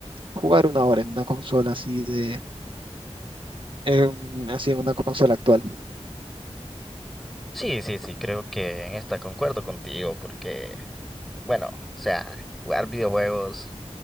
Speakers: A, on the right; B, in the centre.
A: jugar una hora en una consola así de, en- así en una consola actual.
B: sí, sí, sí, creo que en esta concuerdo contigo, porque, bueno, o sea, jugar videojuegos.